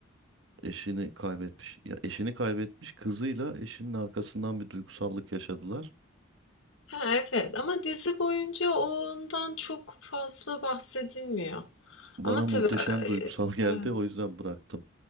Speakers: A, on the right (about 65°); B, on the left (about 70°).
A: Eşini kaybetmiş. Ya eşini kaybetmiş kızıyla eşinin arkasından bir duygusallık yaşadılar.
B: Ha, evet ama dizi boyunca ondan çok fazla bahsedilmiyor.
A: Bana
B: Ama
A: muhteşem
B: tabii
A: duygusal <laughs> geldi
B: e, e,
A: o yüzden bıraktım.